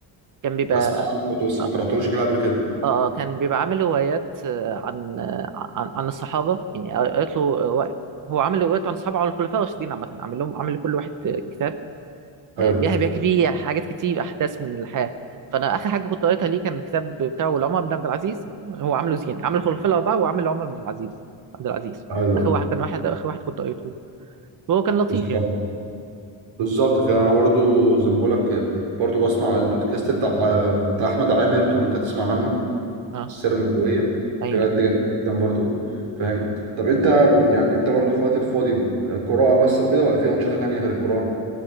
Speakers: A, on the right; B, on the right.
A: كان بيبقى
B: اسمع عنه برضه بس
A: اه
B: ما قرأتوش كده قبل كده
A: آه، كان بيبقى عامل روايات آه، عن آه، عن عن الصحابه يعني قريت له رواية- هو عامل روايات عن الصحابه عن الخلفاء الراشدين عامه عامل لهم عامل لكل واحد آه، كتاب
B: ايوه
A: آه، بيها- بيحكي فيه حاجات كتير احداث من الحياه فانا اخر حاجه كنت قريتها ليه كان الكتاب بتاعه لعمر بن عبد العزيز هو عامله زين عامل الخلفاء الاربعه وعامل عمر بن العزيز عبد العزيز
B: ايوه
A: اخر واحد كان واحد ده اخر واحد كنت قريته هو كان لطيف
B: بالظبط
A: يعني
B: بالظبط فعلا انا برضو زي ما بقول لك برضو بسمع البودكاست بتاع بتاع احمد عامر لو انت تسمع عنه
A: اه
B: السر النبويه
A: ايوه
B: بجد جميل جدا برضو فاهم طب انت يعني انت برضو في الوقت الفاضي قراءه بس وكده ولا في انشطه تانية غير القراءه